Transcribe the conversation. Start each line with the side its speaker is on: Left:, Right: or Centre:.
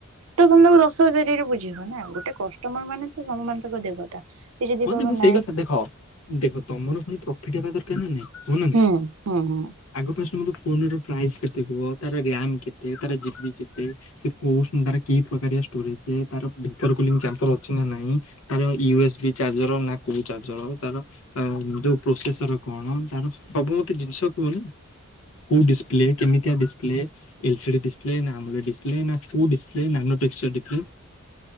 Right: ତ ତମେ, ତାକୁ ଦଶ ହଜାରରେ ବୁଝେଇବ ନା। ଗୋଟେ କଷ୍ଟମ୍ ର ମାନେ ତମ ମାନେ ତାକୁ ଦେବତା ସେ ଯଦି
Left: ହଁ,
Right: କହିବ
Left: ଯେ ମୁଁ
Right: ନାଇଁ
Left: ସେଇ କଥା! ଦେଖ ଦେଖ, ତମର ପୁଣି ପ୍ରଫିଟ୍ ହେବା ଦରକାର ନା ନାଇଁ? ହଁ, ନା ନାଇଁ!
Right: ହୁଁ ହୁଁ ହୁଁ।
Left: ଆଗ ଫାଷ୍ଟ ମତେ ଫୋନ୍ ର ପ୍ରାଇସ୍ କେତେ କୁହ?, ତାର ରିଆମ୍ମ୍ କେତେ? ତାର ଜିବିି କେତେ? ସେ କଉ <unintelligible> କି ପ୍ରକାରିଆ ଷ୍ଟୋରେଜେ, ତାର ଭାପର କୁଲିଙ୍ଗ ଚାମ୍ପର ଅଛି ନା ନାଇଁ? ତାର ୟୁ ଏସ୍ ବି ଚାର୍ଜର ନା କୋଉଁ ଚାର୍ଜର ତାର? ଯଉ, ପ୍ରୋସେସର କଣ ତାର? ସବୁ ମତେ ଜିନିଷ କୁଅନା କଉ ଡିସପ୍ଲେ, କେମିତିଆ ଡିସପ୍ଲେ? ଏଲସିଡି ଡିସପ୍ଲେ ନା, ଆମଲ୍ ଡିସପ୍ଲେ, ନା କଉ ଡିସପ୍ଲେ? ନାନ ଟେକ୍ସଚର ଡିପ୍